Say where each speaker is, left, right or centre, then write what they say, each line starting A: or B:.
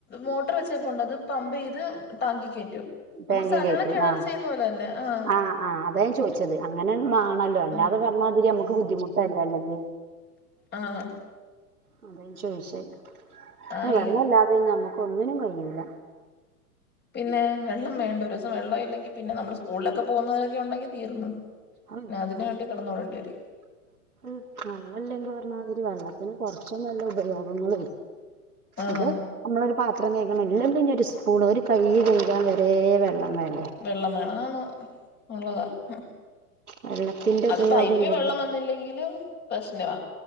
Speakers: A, on the left (about 20°); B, on the right (about 75°).
A: മോട്ടറ് വെച്ചിരിപ്പൊണ്ട് അത് പമ്പെയ്ത് ടാങ്കി കേറ്റും
B: ടാങ്കി
A: നമ്മള് സാദാരണ
B: കയറ്റും
A: കെണറി
B: ആഹ്
A: ചെയ്യുന്ന പോലെതന്നെ ആഹ്
B: ആഹ് ആഹഹ് അതാ ഞാൻ ചോദിച്ചത് അങ്ങനെഅഹ് മാണല്ലോ അല്ലാതെ
A: ആഹ്
B: പറഞ്ഞാതിരി ഞമ്മക്ക് ബുദ്ധിമുട്ടല്ലേ അല്ലെങ്കേ
A: ആഹ് ആഹ് ആഹ്
B: അത ഞാൻ ചോയിച്ചേ എഹ്
A: ആയി
B: വെള്ള ഇല്ലാതെ ഒന്നും ഞമ്മക്ക് ഒന്നിനും കയ്യൂല
A: പിന്നേ വെള്ളം വേണ്ടേ ഒരുസം വെള്ളം ഇല്ലെങ്കി പിന്നെ നമ്മള് സ്കൂൾളൊക്കെ പോക്ന്നവരൊക്കെയൊണ്ടെങ്കി തീർന്ന്
B: അഹ്
A: പിന്നെ അതിന്
B: പർഞ്ഞ്
A: വേണ്ടി കിടന്നോടേണ്ടി
B: <unintelligible>
A: വരും
B: അഹ് വെള്ളല്ലെങ്കി പർഞ്ഞാതിരി വെള്ളത്തിന് കൊർച്ചൊന്നും അല്ല ഉപയോഗങ്ങളേ
A: ആഹ്
B: അത് നമ്മളൊരു പാത്രം കെഴ്കണെങ്കി അല്ലെങ്കി ഇഞ് ഒര് സ്പൂണ് ഒരു കയ്യ് കെഴ്കാൻ വെരേ വെള്ളം വേണ്ടേ
A: വെള്ളം വേണം ആണ് ഉള്ളതാ ഉം
B: വെള്ളത്തിന്റെ
A: അത്
B: ഉപയോഗം
A: പൈപ്പി
B: ഇല്ലെങ്കിൽ
A: വെള്ളം വന്നില്ലെങ്കിലും പ്രശ്നവാ